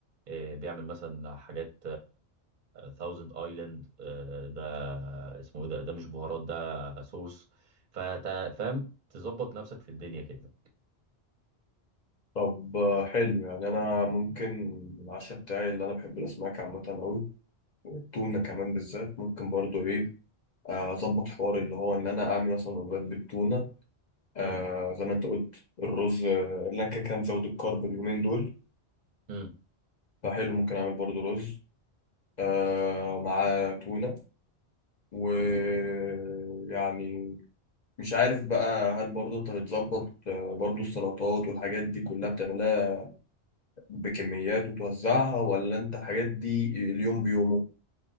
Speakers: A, on the right; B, on the left.
A: آه، بيعمل مثلا حاجات ثاوزند ايلاند ده اسمه إيه ده ده مش بهارات ده صوص فتا- فاهم تظبط نفسك في الدنيا كده
B: طب آه، حلو يعني انا ممكن العشاء بتاعي اللي انا بحب الاسماك عامة قوي والتونة كمان بالذات ممكن برضو ايه آه، اظبط حوار اللي هو ان انا اعمل مثلا وجبات بالتونة آه
A: امم
B: زي ما انت قلت الرز آه، اللي انا كده كده مزود الكرب اليومين دول
A: امم
B: فحلو ممكن اعمل برضو رز آه مع تونة ويعني مش عارف بقى هل برضه انت بتظبط آه، برضه السلطات والحاجات دي كلها بتعملها بكميات وتوزعها ولا انت الحاجات دي اليوم بيومه